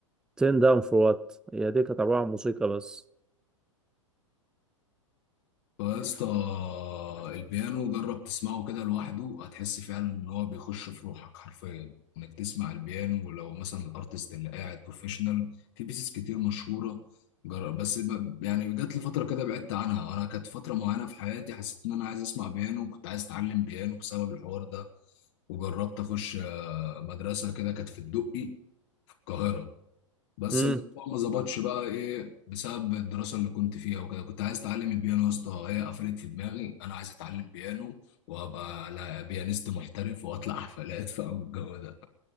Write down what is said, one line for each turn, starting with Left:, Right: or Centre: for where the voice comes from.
Centre: تين داون فور وات هي دي كانت عباره عن موسيقى بس
Left: هو يا اسطى البيانو جرب تسمعه كده لوحده هتحس فعلا ان هو بيخش في روحك حرفيا انك تسمع البيانو ولو مثلا الارتست اللي قاعد بروفيشنال في بيسز كتير مشهوره جرب بس ب- يعني جات لي فتره كده بعدت عنها وانا كانت فتره معينه في حياتي حسيت ان انا عايز اسمع بيانو كنت عايز اتعلم بيانو بسبب الحوار ده وجربت اخش آه، مدرسه كده كانت في الدقي في القاهره بس
Centre: امم
Left: الموضوع ما ظبطش بقى ايه بسبب الدراسه اللي كنت فيها وكده كنت عايز اتعلم البيانو يا اسطى هي قفلت في دماغي انا عايز اتعلم بيانو وابقى لا- بيانيست محترف واطلع حفلات <laughs> فاهم الجو ده